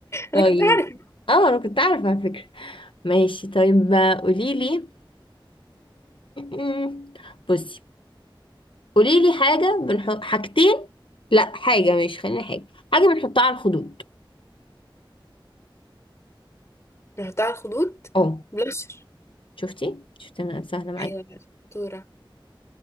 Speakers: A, on the left; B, on the left.
A: انا
B: طيب
A: كنت عارف
B: اه انا كنت عارفه على فكره ماشي طيب قولي لي <laughs> بصي قولي لي حاجه بنحط حاجتين لا حاجه ماشي خلينا حاجه حاجه بنحطها على الخدود
A: رحت على الخدود
B: اه
A: بلاشر
B: شفتي شفتي انا سهله معاكي
A: ايوه بقى، شطوره